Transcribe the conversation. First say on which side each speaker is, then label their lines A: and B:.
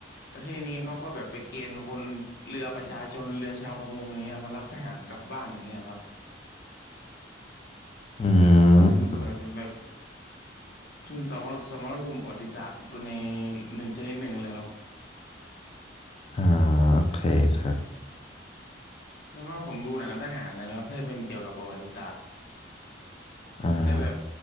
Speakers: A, on the left; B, on the left.
A: แล้วทีนี้เขาก็แบบไปเกณฑ์คนเรือประชาชนเรือชาวประมงเนี้ยมารับทหารกลับบ้านนี้ยครับ
B: อืม
A: มันเป็นแบบ ซึ่งสมรสมรภูมิประวัติศาสตร์ในหนึ่งชนิดหนึ่งเลยครับ
B: อ่าโอเคครับ
A: ส่วนมากผมดูหนังทหารนะครับถ้าเป็นเกี่ยวกับประวัติศาสตร์
B: อ่า
A: แต่แบบ